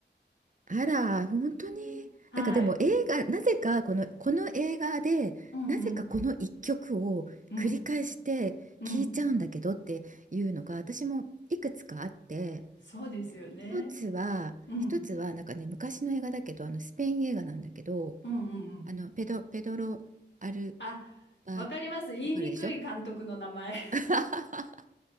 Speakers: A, on the right; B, on the left.
A: あら、本当に、
B: うんはい。
A: なんかでも映画、なぜかこの、この映画で、
B: うんうん
A: なぜかこの一曲を繰り返して聴いちゃうんだけどっていうのが、
B: うんうん
A: 私もいくつかあって、
B: そうですよね。
A: 一つは、
B: うんうん
A: 一つは、なんかね、昔の映画だけど、あのスペイン映画なんだけど、
B: うんうん。
A: あのペド、ペドロ・アル
B: あ、
A: バ、
B: わかります。言いにくい監督の名前。
A: わかるでしょ <laughs>